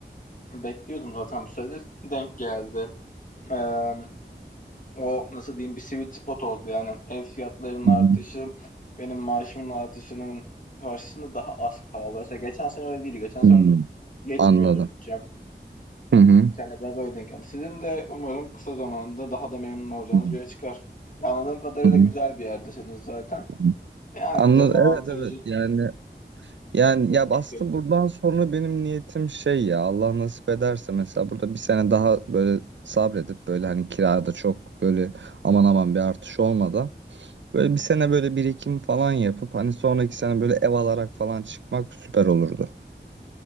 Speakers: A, on the left (about 45°); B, on the right (about 80°).
A: Bekliyordum zaten bir süredir. Denk geldi. Eee, o nasıl diyeyim bir sweet spot oldu. Yani ev fiyatlarının
B: hı.
A: artışı benim maaşımın artışının karşısında daha az kaldı. Mesela geçen sene öyle değildi. Geçen sene
B: Hı
A: yetmiyordu
B: Anladım.
A: bütçem.
B: Hı hı.
A: Bu sene biraz öyle denk geldi. Sizin de umarım kısa zamanda daha da memnun olacağınız
B: Hı
A: bir yere çıkar. Anladığım kadarıyla
B: hı. Hı
A: güzel bir yerdesiniz zaten.
B: hı.
A: Yani
B: Anladım.
A: dezavantajı
B: Evet evet yani yani
A: dengeliyor.
B: ya aslında buradan sonra benim niyetim şey ya Allah nasip ederse mesela burada bir sene daha böyle sabredip böyle hani kirada çok böyle aman aman bir artış olmadan böyle bir sene böyle birikim falan yapıp hani sonraki sene böyle ev alarak falan çıkmak süper olurdu